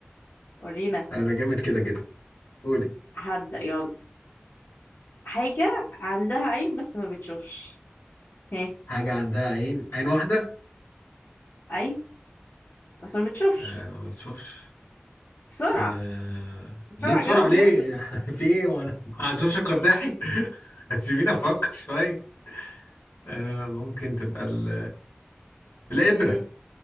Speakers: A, on the left; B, on the left.
A: ورينا
B: انا جامد كده كده قولي
A: هبدا يلا حاجه عندها عين بس ما بتشوفش ها
B: حاجه عندها عين عين واحده
A: اي بس ما بتشوفش
B: آه ما بتشوفش
A: بسرعة
B: آه...
A: بسرعة
B: ليه بسرعة
A: جاوب
B: ليه؟
A: يلا
B: <laughs> في ايه وانا مع جورج قرداحي؟ <laughs> سيبيني افكر شوية آه ممكن تبقى ال... الإبرة
A: مم.